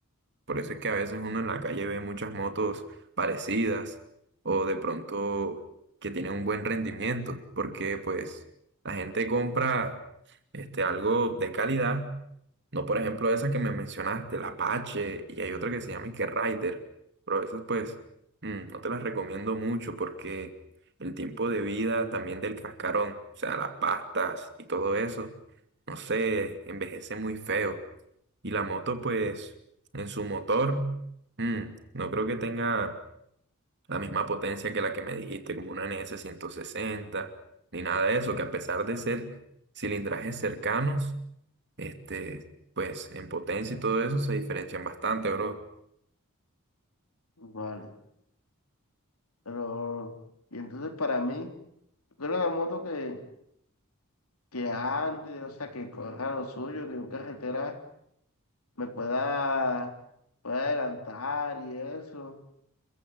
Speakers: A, on the right; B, on the left.
A: Por eso es que a veces uno en la calle ve muchas motos parecidas o de pronto que tienen un buen rendimiento, porque pues la gente compra este, algo de calidad No, por ejemplo, esa que me mencionaste, la Apache, y hay otra que se llama Ike Rider, pero esas pues mm, no te las recomiendo mucho porque el tiempo de vida también del cascarón, o sea, las pastas y todo eso, no sé, envejece muy feo. Y la moto pues en su motor, mm, no creo que tenga la misma potencia que la que me dijiste, como una NS sesenta ni nada de eso, que a pesar de ser cilindrajes cercanos, este, pues en potencia y todo eso se diferencian bastante, bro.
B: vale, pero, y entonces para mí, yo quiero una moto que, que ande, o sea, que corra lo suyo, que en carretera me pueda, pueda adelantar y eso,